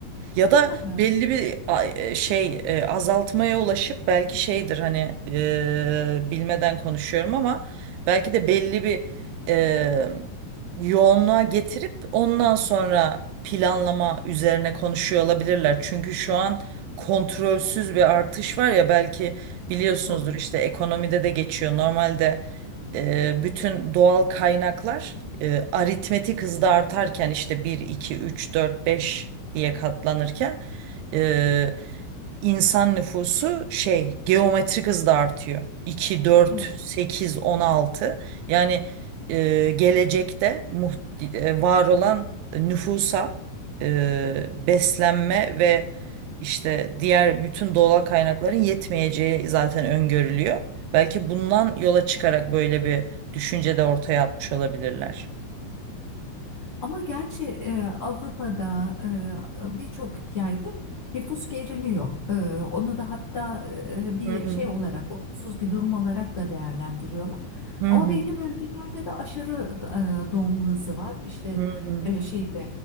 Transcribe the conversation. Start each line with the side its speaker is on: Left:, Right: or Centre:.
Right: Ya da
Left: <laughs>
Right: belli bir a- e, şey e, azaltmaya ulaşıp belki şeydir hani e, bilmeden konuşuyorum ama belki de belli bir e, yoğunluğa getirip ondan sonra planlama üzerine konuşuyor olabilirler. Çünkü şu an kontrolsüz bir artış var ya belki biliyorsunuzdur
Left: Doğru.
Right: işte ekonomide de geçiyor. Normalde e, bütün doğal kaynaklar e, aritmetik hızda artarken işte bir 2 3 4 5 diye katlanırken e, insan nüfusu şey geometrik hızda artıyor. iki dört
Left: Evet.
Right: sekiz on altı yani e, gelecekte muht- e, var olan nüfusa e, beslenme ve işte diğer bütün doğal kaynakların yetmeyeceği zaten öngörülüyor. Belki bundan yola çıkarak
Left: Evet.
Right: böyle bir düşünce de ortaya atmış olabilirler.
Left: Ama gerçi e, Avrupa'da e, birçok yerde nüfus geriliyor. E, onu da hatta e, bir
Right: Hı hı.
Left: şey olarak, olumsuz bir durum olarak da değerlendiriyorlar.
Right: Hı
Left: Ama
Right: hı.
Left: belli bölgelerde de aşırı e, doğum hızı var. İşte
Right: Hı hı.
Left: e, şeyde